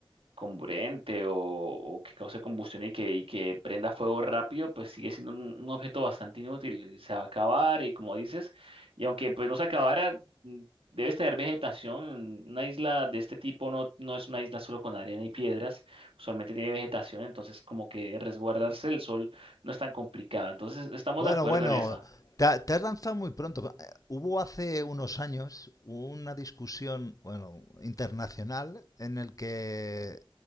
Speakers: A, on the right (about 80°); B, on the left (about 40°).
A: comburente o, o que cause combustión y que, y que prenda fuego rápido, pues sigue siendo un, un objeto bastante inútil. Se va a acabar y como dices, y aunque pues no se acabara, mm, debes tener vegetación. Una isla de este tipo no, no es una isla solo con arena y piedras, usualmente tiene vegetación, entonces como que resguardarse del sol no es tan complicado. Entonces estamos
B: Bueno,
A: de acuerdo
B: bueno,
A: en esa,
B: te, ha- te has lanzado muy pronto. Eh, Hubo hace unos años una discusión, bueno, internacional en el que